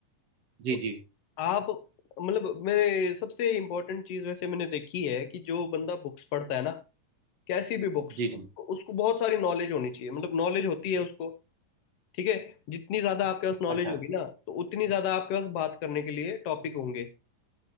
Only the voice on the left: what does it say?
तो
आप मतलब मेरे सबसे इम्पोर्टेंट चीज़ वैसे मैंने देखी है कि जो बंदा बुक्स पढ़ता है ना कैसी भी बुक्स
उसको बहुत सारी नॉलेज होनी चाहिए मतलब नॉलेज होती है उसको ठीक है जितनी ज़्यादा आपके पास नॉलेज
होगी ना तो उतनी ज़्यादा आपके पास बात करने के लिए टॉपिक होंगे